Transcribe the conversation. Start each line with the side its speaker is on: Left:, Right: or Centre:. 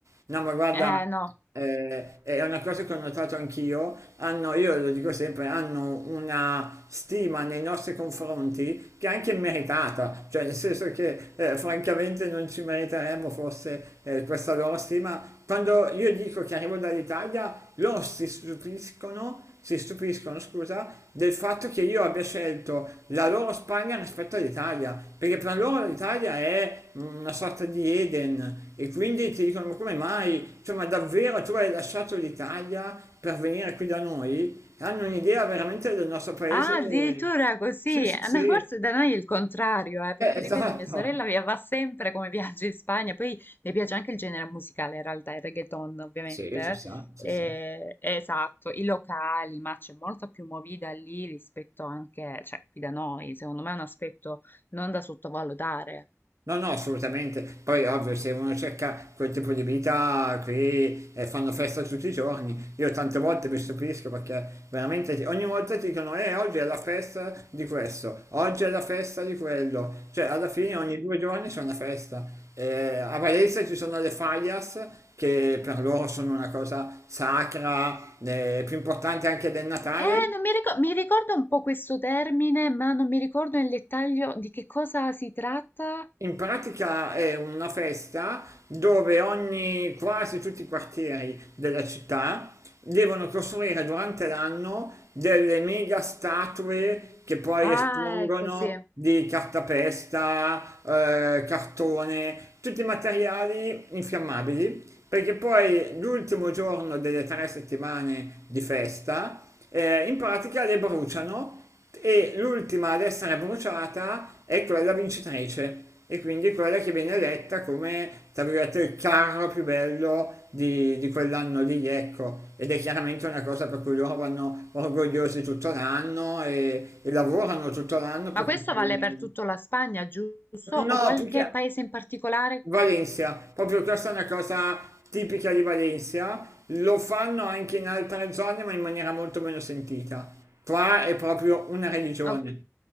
Right: No, ma guarda,
Left: Eh, no.
Right: eh, è una cosa che ho notato anch'io, hanno, io lo dico sempre, hanno una stima nei nostri confronti che è anche meritata, cioè nel senso che eh, francamente non ci meriteremmo forse eh, questa loro stima. Quando io dico che arrivo dall'Italia, loro si stupiscono si stupiscono, scusa, del fatto che io abbia scelto la loro Spagna rispetto all'Italia, perché per loro l'Italia è una sorta di Eden e quindi ti dicono "Ma come mai? Cioè, ma davvero tu hai lasciato l'Italia per venire qui da noi? Hanno un'idea veramente del nostro paese?
Left: Ah, addirittura così.
Right: Sì, sì,
Left: Ah,
Right: sì,
Left: No,
Right: eh,
Left: forse da noi è il contrario, eh, perché
Right: esatto.
Left: ripeto, mia sorella via- va sempre come viaggio in Spagna, poi le piace anche il genere musicale, in realtà, il reggaeton, ovviamente.
Right: Sì, ci
Left: eh.
Right: sta, ci
Left: E-
Right: sta.
Left: esatto, i locali, ma c'è molta più movida lì rispetto anche, cioè, qui da noi, secondo me è un aspetto non da sottovalutare.
Right: No, no, assolutamente. Poi, ovvio, se uno cerca quel tipo di vita, qui eh, fanno festa tutti i giorni. Io tante volte mi stupisco perché veramente ti- ogni volta ti dicono, eh, oggi è la festa di questo, oggi è la festa di quello. Cioè, alla fine ogni due giorni c'è una festa. Eh, a Valencia ci sono le fallas che per loro sono una cosa sacra, eh, più importante anche del Natale,
Left: Eh, non mi ricor- mi ricordo un po' questo termine, ma non mi ricordo nel dettaglio di che cosa si tratta.
Right: In pratica è una festa dove ogni, quasi tutti i quartieri della città devono costruire durante l'anno delle mega statue che poi
Left: Ah,
Right: espongono
Left: ecco, sì.
Right: di cartapesta, eh, cartone, tutti i materiali infiammabili, perché poi l'ultimo giorno delle tre settimane di festa, eh, in pratica le bruciano e l'ultima ad essere bruciata è quella vincitrice e quindi quella che viene eletta come, tra virgolette, il carro più bello di, di quell'anno lì, ecco. Ed è chiaramente una cosa per cui loro vanno orgogliosi tutto l'anno e, e lavorano tutto l'anno per
Left: Ma questo
Right: costruire-
Left: vale per tutto la Spagna, giusto, o
Right: No,
Left: qualche
Right: più che
Left: paese in particolare?
Right: Valencia, proprio questa è una cosa tipica di Valencia, lo fanno anche in altre zone ma in maniera molto meno sentita. Qua è proprio una religione.
Left: Ok.